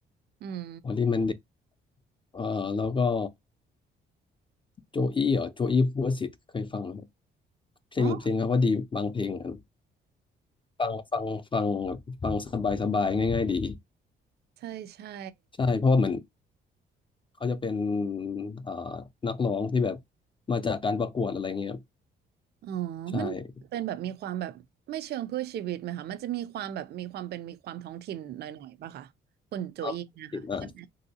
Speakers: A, on the right; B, on the left.
A: อืม
B: Only Monday เอ่อแล้วก็โจอี้เหรอโจอี้ภูวสิทธิ์เคยฟังไหมครับเพลงเพลงเขาก็ดีบางเพลงอะ
A: อ๋อ
B: ฟังฟังฟังฟังสบายสบายง่ายๆดี
A: ใช่ใช่
B: ใช่เพราะว่าเหมือนเขาจะเป็นเอ่อนักร้องที่แบบมาจากการประกวดอะไรเงี้ยครับ
A: อ๋อมันเป็นแบบมีความแบบไม่เชิงเพื่อชีวิตไหมคะมันจะมีความแบบมีความเป็นมีความท้องถิ่นหน่อยๆป่ะคะคุณโจอี้นะคะใช่ไหม
B: ใช่ภาพผิดอ่ะ